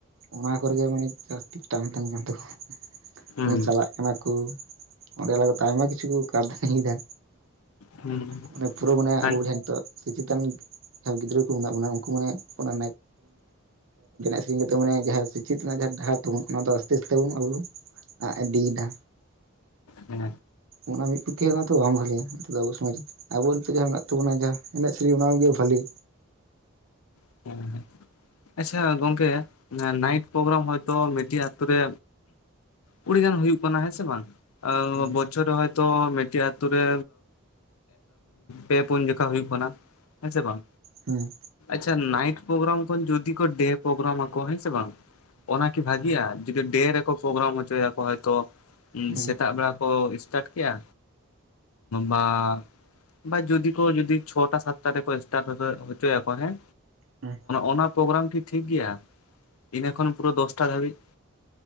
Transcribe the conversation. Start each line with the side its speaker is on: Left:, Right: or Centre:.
Right: ᱚᱱᱟ ᱠᱚᱨᱮᱜᱮ ᱢᱟᱱᱮ ᱡᱟᱹᱥᱛᱤ ᱴᱟᱱ ᱛᱟᱦᱮᱱ ᱠᱟᱱ ᱛᱟᱠᱚᱣᱟ ᱱᱚᱜᱚᱭ
Left: ᱦᱩᱸ
Right: ᱪᱟᱞᱟᱜ ᱠᱟᱱᱟ ᱠᱩ ᱚᱸᱰᱮ ᱞᱟ ᱛᱮ ᱟᱭᱢᱟ ᱠᱤᱪᱷᱩ ᱠᱚ ᱠᱟᱨᱫᱟᱱᱤᱭᱮᱫᱟ
Left: ᱦᱩᱸ
Right: ᱢᱟᱱᱮ ᱯᱩᱨᱟᱹ ᱢᱟᱱᱮ
Left: ᱦᱮᱸ
Right: ᱟᱵᱚ ᱡᱟᱦᱟᱸ ᱱᱤᱛᱳᱜ ᱥᱮᱪᱮᱛᱟᱱ ᱡᱟᱦᱟᱸ ᱜᱤᱫᱽᱨᱟᱹ ᱠᱚ ᱢᱮᱱᱟᱜ ᱵᱚᱱᱟ ᱩᱱᱠᱩ ᱢᱟᱱᱮ ᱚᱱᱟ <unintelligible> ᱥᱮᱨᱮᱧ ᱠᱟᱛᱮ ᱢᱟᱱᱮ ᱡᱟᱦᱟᱸ ᱥᱮᱪᱤᱛ ᱨᱮᱱᱟᱜ ᱡᱟᱦᱟᱸ ᱰᱟᱦᱟᱨ ᱛᱟᱵ ᱚᱱᱟ ᱫᱚ ᱛᱤᱥ ᱛᱟᱵᱚᱱ ᱟᱵᱚ ᱫᱚ ᱟ ᱤᱫᱤᱭᱮᱫᱟ
Left: ᱦᱮᱸ
Right: ᱚᱱᱟ ᱢᱤᱫ ᱯᱚᱠᱠᱷᱮ ᱦᱚ ᱚᱱᱟ ᱛᱚ ᱵᱟᱝ ᱵᱷᱟᱹᱜᱮᱭᱟ ᱱᱤᱛᱚᱜ ᱫᱚ ᱟᱵᱚ ᱥᱚᱢᱟᱡᱽ ᱟᱵᱚ ᱱᱤᱛᱮᱜ ᱡᱟᱦᱟᱸ ᱢᱮᱱᱟᱜ ᱛᱟᱵᱚᱱᱟ ᱡᱟᱦᱟᱸ ᱮᱱᱮᱡ ᱥᱮᱨᱮᱧ ᱚᱱᱟᱱᱟᱜᱮ ᱵᱷᱟᱹᱞᱤ
Left: <unintelligible> ᱟᱪᱪᱷᱟ ᱜᱚᱝᱠᱮ ᱱᱟᱭᱤᱴ ᱯᱨᱳᱜᱨᱟᱢ ᱦᱚᱭᱛᱳ ᱢᱤᱴᱤᱡ ᱟᱛᱳ ᱨᱮ ᱠᱩᱲᱤ ᱜᱟᱱ ᱦᱩᱭᱩᱜ ᱠᱟᱱᱟ ᱦᱮᱸ ᱥᱮ ᱵᱟᱝ
Right: ᱦᱩᱸ
Left: ᱵᱚᱪᱷᱚᱨ ᱨᱮ ᱦᱚᱭᱛᱳ ᱢᱤᱫᱴᱮᱱ ᱟᱛᱳ ᱨᱮ ᱯᱮ ᱯᱩᱱ ᱡᱚᱠᱷᱟ ᱦᱩᱭᱩᱜ ᱠᱟᱱᱟ ᱦᱮᱸᱥᱮ ᱵᱟᱝ
Right: ᱦᱮᱸ
Left: ᱟᱪᱪᱷᱟ ᱱᱟᱭᱤᱴ ᱯᱨᱳᱜᱨᱟᱢ ᱠᱷᱚᱱ ᱡᱩᱫᱤ ᱠᱚ ᱰᱮ ᱯᱨᱳᱜᱨᱟᱢ ᱟᱠᱚ ᱦᱮᱸ ᱥᱮ ᱵᱟᱝ ᱚᱱᱟᱠᱤ ᱵᱷᱟᱜᱤᱭᱟ ᱡᱩᱫᱤ ᱰᱮ ᱨᱮᱠᱚ ᱯᱨᱳᱜᱨᱟᱢ ᱦᱚᱪᱚᱭᱟᱠᱚ ᱦᱚᱭᱛᱚ
Right: ᱦᱩᱸ
Left: ᱥᱮᱛᱟᱜ ᱵᱮᱲᱟ ᱠᱚ ᱥᱴᱟᱴ ᱠᱮᱜᱼᱟ ᱵᱟ ᱵᱟ ᱡᱩᱫᱤ ᱠᱚ ᱡᱫᱤ ᱪᱷᱚᱚᱴᱟ ᱥᱟᱛᱴᱟ ᱨᱮ ᱠᱚ ᱮᱥᱴᱟᱨᱴ ᱦᱚᱪᱚᱭᱟᱠᱚ ᱦᱮᱸ
Right: ᱦᱩᱸ
Left: ᱚᱱᱟ ᱯᱨᱳᱜᱨᱟᱢ ᱠᱤ ᱴᱷᱤᱠ ᱜᱮᱭᱟ ᱤᱱᱟᱹ ᱠᱷᱚᱱ ᱯᱩᱨᱟᱹ ᱫᱚᱥᱴᱟ ᱫᱷᱟᱹᱵᱤᱡ